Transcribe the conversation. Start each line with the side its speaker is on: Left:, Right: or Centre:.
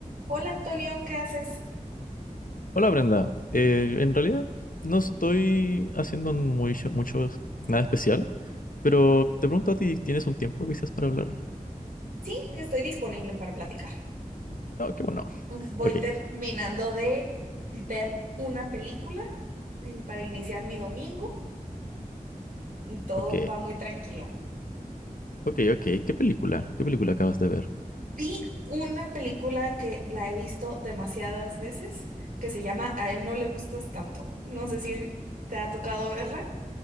Right: Hola Antonio, ¿qué haces?
Left: Hola Brenda, Eh, en realidad no estoy haciendo muy, sho- mucho, nada especial, pero te pregunto a ti, ¿tienes un tiempo quizás para hablar?
Right: Sí, estoy disponible para platicar.
Left: Ah, qué bueno.
Right: Voy
Left: Ok,
Right: terminando de ver una película eh, para iniciar mi domingo y todo
Left: ok,
Right: va muy tranquilo.
Left: ok, ok. ¿Qué película? ¿Qué película acabas de ver?
Right: Vi una película que la he visto demasiadas veces que se llama A él no le gustas tanto. No sé si te ha tocado verla.